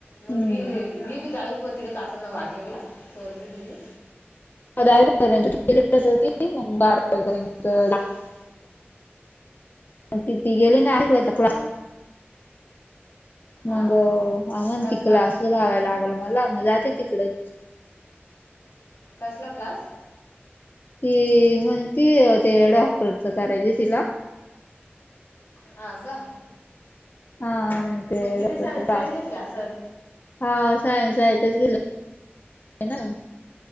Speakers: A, on the left; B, on the left.
A: मग
B: हम्म
A: ही ही बी दहावी प तिथच असेल ना वाघेरला पोरगी तुझी
B: दहावीजेपर्यंत तिथंच होती मग बारा वीपर्यंत.
A: हा ना
B: ति ती गेली ना आयर्वाकला
A: हा
B: मगो अ म्हणती
A: कसला
B: क्लास लावाय लागल मला मग जाते तिकडेच
A: कसला क्लास
B: ती म्हण ती ते डॉक्टरच करायची तिला
A: हा का
B: हा ते
A: मग तिने
B: डॉक्टरचा
A: सायन्स
B: क्लास
A: साईड घेतली असल
B: हा सायन्स साइटच घेतली ना